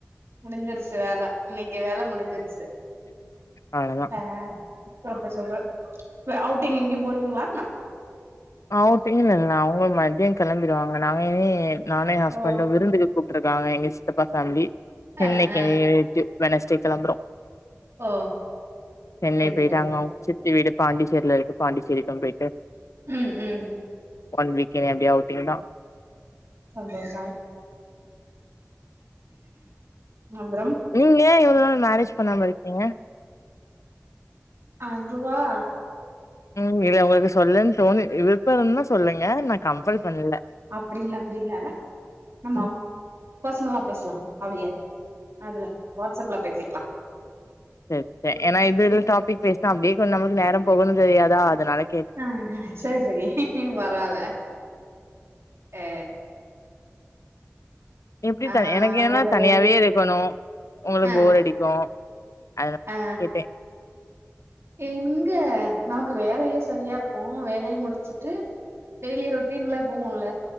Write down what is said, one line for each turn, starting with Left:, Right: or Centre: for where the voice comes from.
Right: முடிஞ்சிருச்சு வேல இன்னைக்கு வேல முடிஞ்சிருச்சு
Left: அவ்ளோதா.
Right: ஆ சூப்பர் சூப்பர் வ அவுட்டிங் எங்கயு போறீங்ளா என்ன
Left: ஆவுட்டிங்களா இல்ல அவங்களு மத்யோ கெளம்பிடுவாங்க நானே நானு எங்க ஹஸ்பண்ட்டு
Right: ஓ
Left: விருந்துக்கு கூப்ட்ருக்காங்க எங்க சித்தப்பா பேமிலி சென்னைக்கு
Right: ஆ ஆ
Left: <unintelligible> வென்னஸ்டே கெளம்பறோ
Right: ஓ
Left: சென்னை
Right: சரி
Left: போயிட்டு
Right: சரி
Left: அங்க
Right: சரி
Left: அவுங்க சித் தி வீடு பாண்டிசேரியில இருக்கு பாண்டி சேரிக்கு போயிட்டு
Right: ம் ம்
Left: ஒன் வீக்கு எப்டியா ஆவுட்டிங்குதா
Right: சந்தோஷம் அப்பறம்
Left: நீங்கயே இவ்ளோ நாள் மேரேஜ் பண்ணாம இருக்கீங்க
Right: அதுவா
Left: ம் இது உங்களுக்கு சொல்லன் தோனு விருப்போ இருந்தா சொல்லுங்க நா கம்பல் பண்ணல
Right: அப்டி இல்ல அப்டி இல்ல நம்ம
Left: ம்
Right: பர்சனலா பேசலா அப்டிகா அதுல வாட்ஸ்அப்ல பேசிக்லா
Left: சேரி சேரி ஏன்னா இதுல் டாபிக் பேசனா அப்டியே கொஞ் நமக் நேர போகணூ தெரியாதா அதுனாலக்
Right: ஆ ஹாங் சேரி சேரி பரவால்ல ஆ
Left: எப்டி
Right: ஆ
Left: த எனக்கு என்னன்னா
Right: வேற
Left: தனியாவே
Right: ஏதாவது
Left: இருக்கணூ உங்களுக்கு
Right: ஆ
Left: போர் அடிக்கூ அத்
Right: ஆ
Left: கேட்டே
Right: எங்க நமக்கு வேலையே சரியா இருக்கூ வேலயே முடிச்சுட்டு டெய்லி ரொட்டீன்ல போவ்வுன்ல